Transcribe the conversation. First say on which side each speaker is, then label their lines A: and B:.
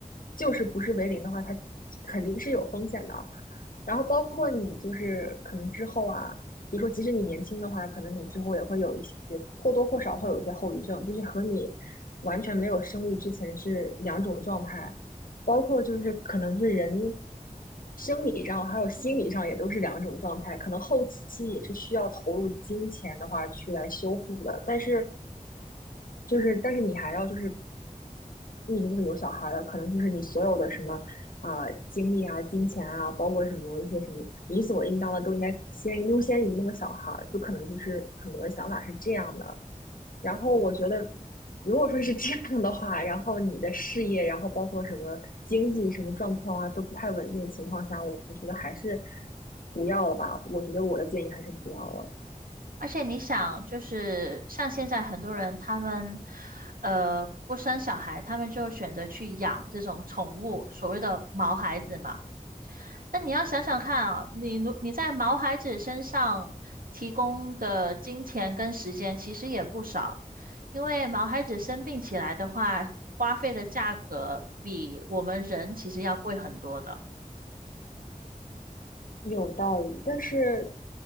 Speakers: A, on the left; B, on the right.
A: 就是不是为零的话，它肯定是有风险的。然后包括你就是可能之后啊，比如说即使你年轻的话，可能你之后也会有一些或多或少会有一些后遗症，就是和你完全没有生育之前是两种状态，包括就是可能是人生理上还有心理上也都是两种状态，可能后期也是需要投入金钱的话去来修复的，但是就是，但是你还要就是，你已经就是有小孩了，可能就是你所有的什么啊、精力啊、金钱啊，包括什么一些什么理所应当的，都应该先优先于那个小孩儿。就可能就是很多人想法是这样的。然后我觉得，如果说是这样的话，然后你的事业，然后包括什么经济什么状况啊，都不太稳定的情况下，我我觉得还是不要了吧。我觉得我的建议还是不要了。
B: 而且你想，就是像现在很多人他们呃不生小孩，他们就选择去养这种宠物，所谓的毛孩子嘛。但你要想想看啊，你如你在毛孩子身上提供的金钱跟时间其实也不少，因为毛孩子生病起来的话，花费的价格比我们人其实要贵很多的。
A: 有道理，但是